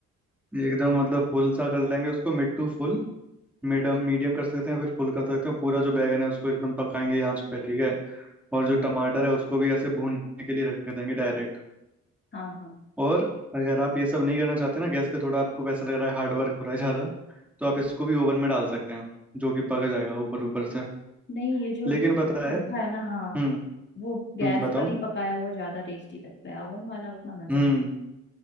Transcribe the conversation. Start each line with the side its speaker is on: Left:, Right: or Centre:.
Centre: एकदम मतलब फुल सा कर लेंगे उसको mid to full medium medium कर सकते हैं फिर फुल कर सकते हैं पूरा जो बैगन है उसको एकदम पकाएंगे आंच पे ठीक है और जो टमाटर है उसको भी ऐसे भूनने के लिए रख देंगे डायरेक्ट
Left: हाँ हाँ
Centre: और अगर आप ये सब नहीं करना चाहते ना गैस पे थोड़ा आपको वैसा लग रहा है हार्ड वर्क हो रहा है ज़्यादा तो आप इसको भी ओवन में डाल सकते हैं जो कि पक जाएगा ऊपर ऊपर से
Left: नहीं ये जो
Centre: लेकिन
Left: चोखा
Centre: पता है
Left: है ना हाँ
Centre: हम्म
Left: वो गैस
Centre: हम्म बताओ
Left: पर ही पकाया हुआ ज्यादा टेस्टी लगता है ओवन वाला उतना मजा
Centre: हम्म
Left: नहीं